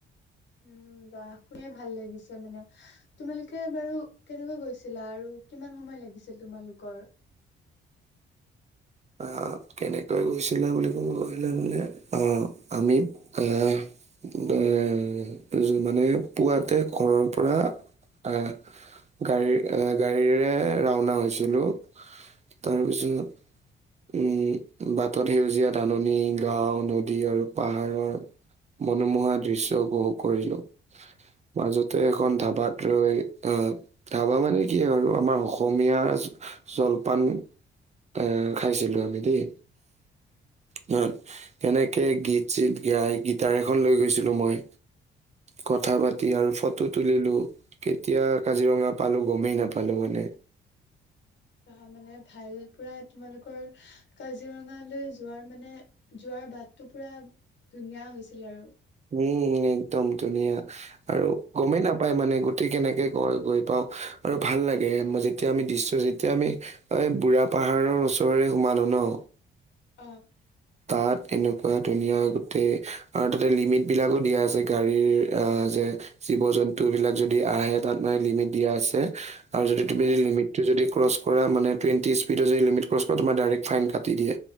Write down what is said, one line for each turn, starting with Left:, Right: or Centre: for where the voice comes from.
Left: উমঁ' বাহ শুনিয়ে ভাল লাগিছে মানে। তোমালোকে বাৰু কেনেকৈ গৈছিলা আৰু কিমান সময় লাগিছিল তোমালোকৰ?
Right: আহ' কেনেকৈ গৈছিলো বুলি ক'ব গ'লে মানে অঁ' আমি আহ'- এ মানে পুৱাতে ঘৰৰ পৰা আহ'- গাড়ী এ গাড়ীৰে ৰাওনা হৈছিলোঁ তাৰপিছত- উমঁ' বাটত সেউজীয়া ধাননী, গাওঁ, নদী আৰু পাহাৰৰ- মনোমোহা দৃশ্য উপভোগ কৰিলোঁ। মাজতে এখন ধাবাত ৰৈ আহ'- ধাৱা মানে কি আৰু আমাৰ অসমীয়া জলপান এ- খাইছিলোঁ আমি দেই। তাত তেনেকে গীত চীত গাই গীতাৰ এখন লৈ গৈছিলোঁ মই। কথা পাতি আৰু ফটো তুলিলোঁ। কেতিয়া কাজিৰঙা পালোঁ গমেই নাপালোঁ মানে।
Left: তাৰপিছত মানে ভাল পোৰা তোমালোকৰ- কাজিৰঙালৈ যোৱাৰ মানে যোৱাৰ বাটটো পোৰা ধুনীয়া হৈছিল আৰু।
Right: উমঁ' একদম ধুনীয়া আৰু গমেই না পাই মানে গোটেই কেনেকে গ-গৈ পাওঁ আৰু ভাল লাগে যেতিয়া আমি দৃশ্যটো যেতিয়া আমি- ঐ বুঢ়া পাহাৰৰ ওচৰৰে সোমালো ন'-
Left: অ
Right: তাত এনেকুৱা ধুনীয়া গোটেই আৰু তাতে লিমিটেড বিলাকো দিয়া আছে গাড়ীৰ আহ' যে- জীৱ-জন্তু বিলাক যদি আহে তাত মানে লিমিট দিয়া আছে- আৰু যদি তুমি যদি
Left: অ
Right: লিমিটটো যদি ক্ৰছ কৰা মানে টুৱেণ্টি স্পীডত যদি লিমিট ক্ৰছ কৰা তোমাৰ ডাইৰেক্ট ফাইন কাটি দিয়ে।